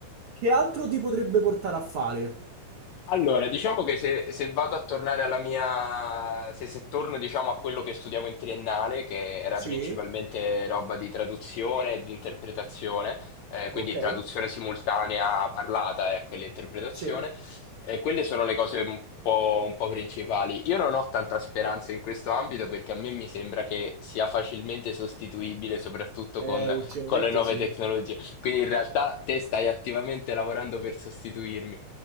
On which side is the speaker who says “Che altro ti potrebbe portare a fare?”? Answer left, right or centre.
Right